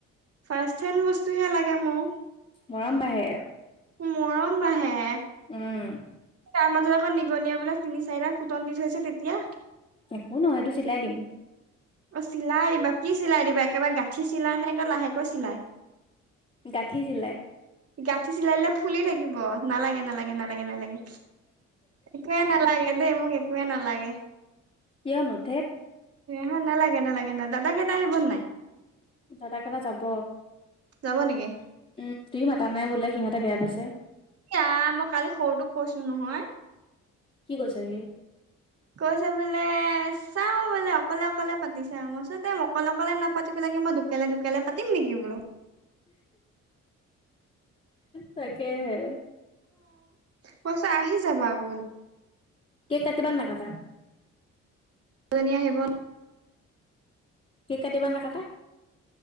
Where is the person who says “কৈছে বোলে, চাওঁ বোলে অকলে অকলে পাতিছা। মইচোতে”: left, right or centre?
Right